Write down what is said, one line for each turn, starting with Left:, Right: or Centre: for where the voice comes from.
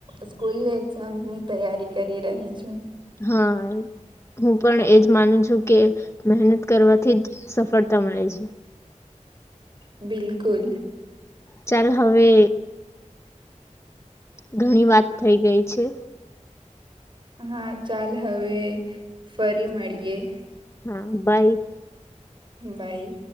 Right: સ્કૂલ એક્ઝામની તૈયારી કરી રહી છું.
Left: હા. હું પણ એજ માનું છું કે મહેનત કરવાથી જ સફળતા મળે છે.
Right: બિલકુલ.
Left: ચાલ હવે ઘણી વાત થઈ ગઈ છે.
Right: હા ચાલ હવે ફરી મળીએે.
Left: હા બાઈ
Right: મ બાઈ